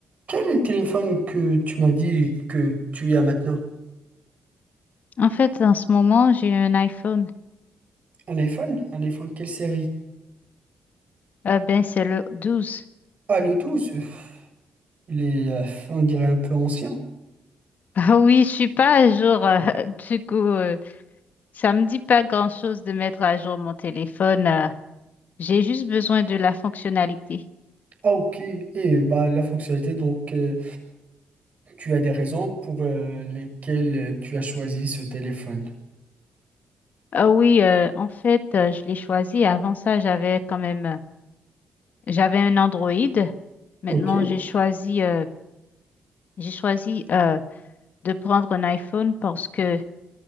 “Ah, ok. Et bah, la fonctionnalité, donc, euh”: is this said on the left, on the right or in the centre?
Right